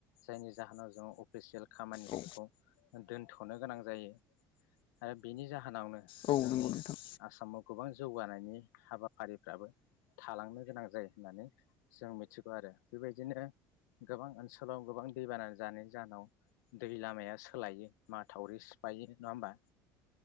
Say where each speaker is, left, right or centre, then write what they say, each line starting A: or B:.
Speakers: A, on the left (about 80°); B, on the left (about 60°).
A: जायनि जाहोनाव जों अफिसियेल खामानिफोरखौ
B: औ
A: दोनथ'नो गोनां जायो आरो बिनि जा होनावनो
B: औ
A: जोंनि
B: नंगौ नोंथां
A: आसामाव गोबां जौगानायनि हाबाफारि। फ्राबो थालांनो गोनां जायो होननानै जों मिथिगौ आरो बेबायदिनो गोबां ओनसोलाव गोबां दैबाना जानाय जाहोनाव दै लामाया सोलायो माथावरि सिफायो नङा होमबा।